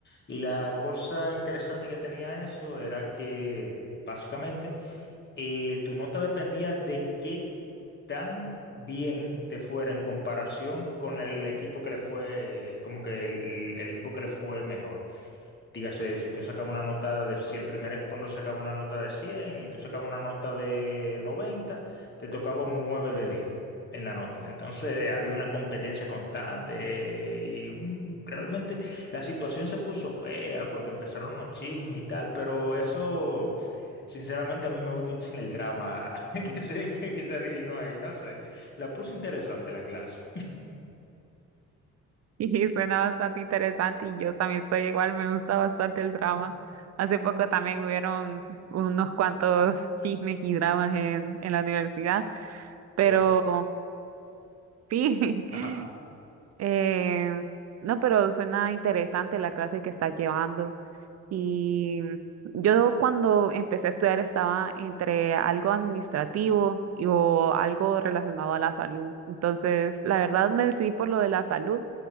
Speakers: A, on the left; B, on the right.
A: Y la cosa interesante que tenía eso era que básicamente eh, tu nota dependía de qué tan bien te fuera en comparación con el equipo que le fue, como que el, el equipo que le fue mejor. Dígase, si tú sacabas una nota de, si el primer equipo no sacaba una nota de 100 y tú sacabas una nota de noventa te tocaba un 9 de 10 en la nota. Entonces había una competencia constante y un- realmente la situación se puso fea porque empezaron unos chismes y tal, pero eso, sinceramente, a mí me gusta un chin el drama <laughs> que se, que, que se originó ahí, no sé. La puso interesante la clase.
B: <laughs> y suena bastante interesante y yo también soy igual, me gusta bastante el drama.
A: <laughs>
B: Hace poco también hubieron unos cuantos chismes y dramas en, en la universidad, pero
A: Oh,
B: sí,
A: ajá.
B: <laughs> Eh, no, pero suena interesante la clase que estás llevando. Y yo cuando empecé a estudiar estaba entre algo administrativo y, o algo relacionado a la salud. Entonces, la verdad me decidí por lo de la salud,